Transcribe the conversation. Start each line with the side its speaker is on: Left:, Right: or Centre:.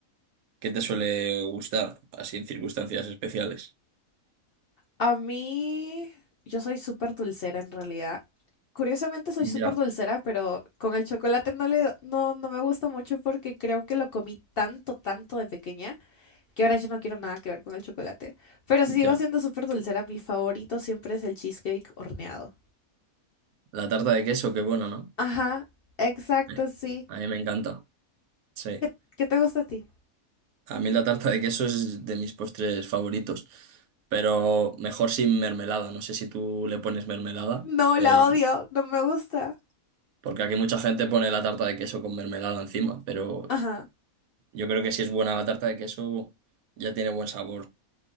Right: qué te suele gustar? Así en circunstancias especiales.
Left: A mí, yo soy súper dulcera en realidad. Curiosamente soy
Right: Ya,
Left: súper dulcera, pero con el chocolate no le, no, no me gusta mucho porque creo que lo comí tanto, tanto de pequeña que ahora yo no quiero nada que ver con el chocolate. Pero si sigo
Right: ya.
Left: siendo súper dulcera, mi favorito siempre es el cheesecake horneado.
Right: La tarta de queso, qué buena, ¿no?
Left: Ajá, exacto,
Right: Eh,
Left: sí.
Right: A mí me encanta. Sí.
Left: ¿Qué, qué te gusta a ti?
Right: A mí la tarta de queso es de mis postres favoritos, pero mejor sin mermelada. No sé si tú le pones mermelada,
Left: No,
Right: pero
Left: la
Right: yo-
Left: odio, no me gusta.
Right: porque aquí mucha gente pone la tarta de queso con mermelada encima, pero
Left: Ajá,
Right: yo creo que si es buena la tarta de queso ya tiene buen sabor.